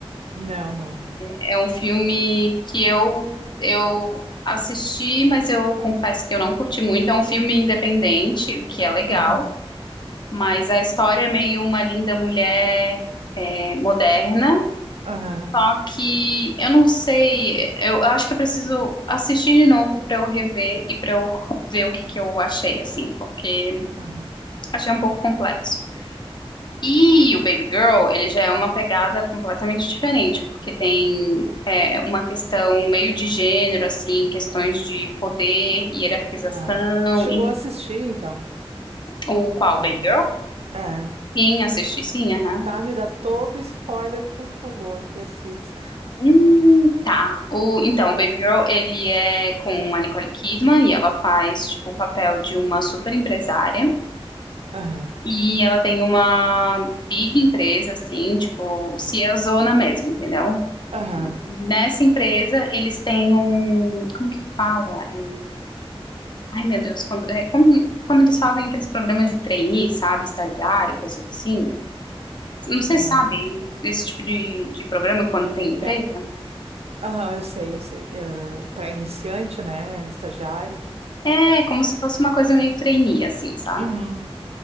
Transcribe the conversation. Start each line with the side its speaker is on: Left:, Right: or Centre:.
Right: Não, não, não.
Left: É um filme que eu eu assisti, mas eu confesso que eu não curti muito. É um filme independente, o que é legal,
Right: Uhum.
Left: mas a história é meio uma linda mulher eh, moderna
Right: Aham,
Left: Só que eu não sei, eu acho que eu preciso assistir de novo pra eu rever e pra eu ver o que que eu achei, assim, porque
Right: aham.
Left: achei um pouco complexo. E o Baby Girl, ele já é uma pegada completamente diferente, porque tem é, uma questão meio de gênero, assim, questões de poder, hierarquização,
Right: Ah. Tu Chegou
Left: em-
Right: a assistir, então?
Left: o qual,
Right: Não.
Left: Baby Girl?
Right: É.
Left: Sim, assisti, sim, aham.
Right: Tá, me dá todo spoiler, por favor. Preciso.
Left: Hum, tá. O, então, o Baby Girl, ele é com a Nicole Kidman e ela faz, tipo, o papel de uma super empresária.
Right: Aham,
Left: E ela tem uma big empresa, assim, tipo, se é zona mesmo, entendeu?
Right: aham,
Left: Nessa empresa, eles têm um... Como que fala? É, ai, meu Deus, quando, é, como- quando eles fazem aqueles programas de trainee, sabe? Estagiário, coisas assim. Não sei
Right: aham.
Left: se sabem esse tipo de, de programa quando tem empresa.
Right: É, aham, eu sei, eu sei. Ah, pra iniciante, né? Estagiário.
Left: É, como se fosse uma coisa meio trainee, assim, sabe?
Right: Uhum.